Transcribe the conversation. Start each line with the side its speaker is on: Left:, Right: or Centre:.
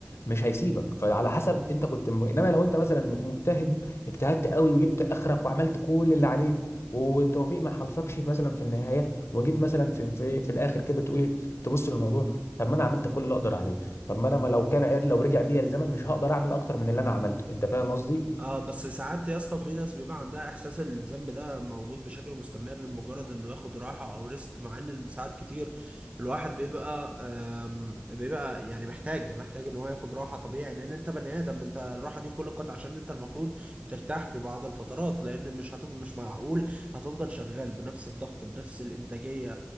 Left: مش هيسيبك فعلى حسب انت كنت م... انما لو انت مثلا مك- مجتهد اجتهدت قوي وجبت اخرك وعملت كل اللي عليك والتوفيق ما حالفكش في- مثلا في النهايه وجيت مثلا في في, في الاخر كده تقول ايه تبص للموضوع طب ما انا عملت كل اللي اقدر عليه طب ما انا ما لو كان عاد لو رجع بيا الزمن مش هقدر اعمل اكتر من اللي انا عملته انت فاهم قصدي
Right: اه بس ساعات يا اسطى في ناس بيبقى عندها احساس إن الذنب ده موجود بشكل مستمر مجرد انه ياخد راحه او ريست مع ان ساعات كتير الواحد بيبقى آم، بيبقى يعني محتاج محتاج ان هو ياخد راحه طبيعي لان انت بني ادم انت الراحه دي خلقت عشان انت المفروض ترتاح في بعض الفترات لان مش هتف مش معقول هتفضل شغال بنفس الضغط بنفس الانتاجيه